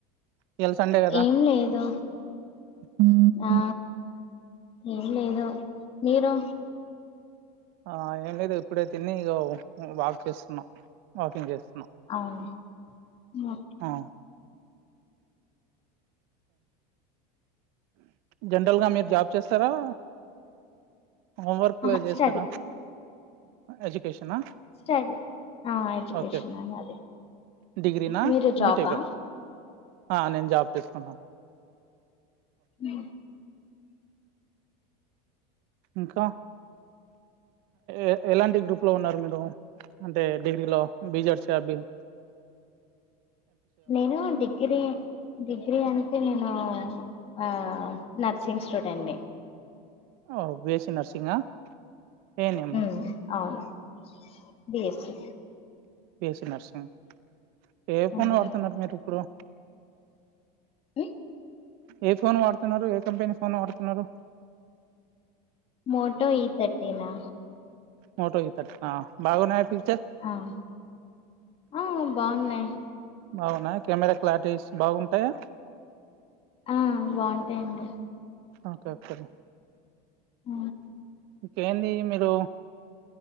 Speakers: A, on the right (about 55°); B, on the left (about 30°).
A: ఇయాల సండే కదా
B: ఏం లేదు
A: ఉహు
B: ఆ ఏం లేదు మీరు?
A: ఆ ఏం లేదు ఇప్పుడే తిని ఇగ వాక్ చేస్తున్నాం వాకింగ్ చేస్తున్నాం.
B: అవును అ
A: ఆ జనరల్గా మీరు జాబ్ చేస్తారా? హోంవర్క్
B: ఆహా
A: లో చేస్తారా,
B: స్టడీ
A: ఎడ్యుకేషనా?
B: చడ్ ఆ ఎడ్యుకేషన
A: ఓకే
B: అది
A: డిగ్రీనా
B: మీరు జాబా?
A: బీటెక్ ఆ నేను జాబ్ తీసుకున్నాను.
B: ఉ
A: ఇంకా ఎ ఎలాంటి గ్రూప్ లో ఉన్నారు మీరు? అంటే డిగ్రీలో బిజెడ్స్ అబిన్
B: నేను అండి ఇది డిగ్రీ అంటే నేను ఆ నర్సింగ్ స్టూడెంట్ని
A: ఓ బిఎస్సి నర్సింగ్గా, ఏ న్ మ్
B: ఉమ్ అవును బిఎస్స్సి
A: బిఎస్స్సి నర్సింగ్ ఏ ఫోన్
B: ఉమ్,
A: వాడుతున్నారు మీరు ఇప్పుడు?
B: ఉ
A: ఏ ఫోన్ వాడుతున్నారు, ఏ కంపెనీ ఫోన్ వాడుతున్నారు?
B: మోటో ఈథర్టీ అన్నా.
A: మోటో ఈ థర్టీనా బాగున్నాయా ఫీ
B: అవును ఆ బావున్నాయి.
A: బావున్నయా కెమెరా క్లారిటీస్ బాగుంటాయా.
B: ఆ బావుంటాయండి.
A: ఓకే, ఓకేలే.
B: ఆ
A: ఇంకేంది మీరు,